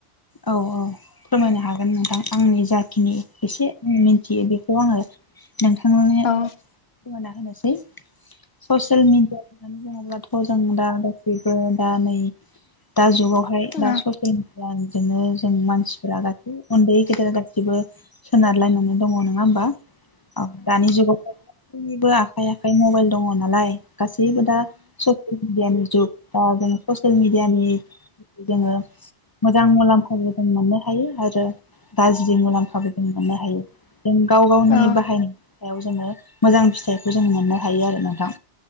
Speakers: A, on the left (about 30°); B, on the left (about 65°).
A: औ औ फोरमायनो हागोन नोंथां। आंनि जाखिनि एसे मिथियो बेखौ आङो नोंथां।
B: औ
A: फोरमायना होनोसै। ससेल मिडिया होननानै। बुङोब्लाथ जों दा गासैबो दा नै दा जुगाव। आमफा
B: औ
A: दा <unintelligible> बिदिनो जों मानसिफोरा गासै उन्दै गेदेर गासैबो सोनारलायनान दङ' नोङा होमबा औ दानि जुगाव गासैनिबो आखाइ आखाइ मबाइल दङ' नालाय गासैबो दा ससियेल मिडियानि जुग दा जों ससियेल मिडियानि जोङो <unintelligible> मुलाम्फाबो जों मोननो हायो आरो गाज्रि मुलाम्फाबो जों मोननो हायो जों गाव गावनि
B: औ
A: बाहायनाय। सायाव जोङो मोजां फिथाइखौ जों मोननो हायो आरो नोंथां।